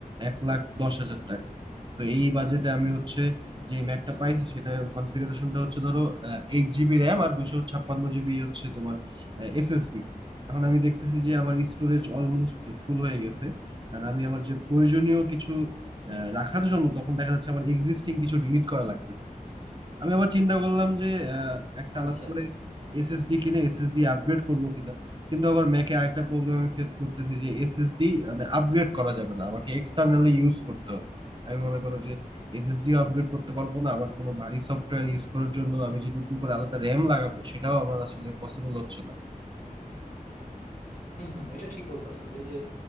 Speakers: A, on the right (about 35°); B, on the left (about 80°).
A: এক লাখ দশ হাজার টাকা তো এই বাজেটে আমি হচ্ছে যে ম্যাকটা
B: আচ্ছা
A: পাইছি
B: আচ্ছা
A: সেটা কনফিগারেশনটা হচ্ছে ধরো এইট জিবি র্যাম আর দুশো ছাপ্পান্ন জিবি হচ্ছে তোমার এসএসডি এখন আমি দেখতেছি যে আমার স্টোরেজ অলমোস্ট
B: আচ্ছা
A: ফুল হয়ে গেছে আর আমি আমার যে প্রয়োজনীয় কিছু আহ, রাখার জন্য তখন দেখা যাচ্ছে আমার এক্সিস্টিং কিছু ডিলিট করা লাগতেছে আমি আবার চিন্তা করলাম যে আহ, একটা
B: আচ্ছা
A: আলাদা করে
B: আচ্ছা
A: এসএসডি কিনে এসএসডি আপগ্রেড করব কিনা কিন্তু আবার ম্যাকে আরেকটা প্রবলেম আমি ফেস করতেছি যে এসএসডি মানে আপগ্রেড করা যাবে না আমাকে এক্সটার্নালি ইউজ করতে হবে আমি মনে করো যে এসএসডিও আপগ্রেড করতে পারবো না আবার কোনো ভারী সফটওয়্যার ইউজ করার জন্য আমি যে নতুন করে আলাদা র্যাম লাগাবো সেটাও আমার আসলে পসিবল হচ্ছে না
B: হম হম এটা ঠিক বলছো আসলে এই যে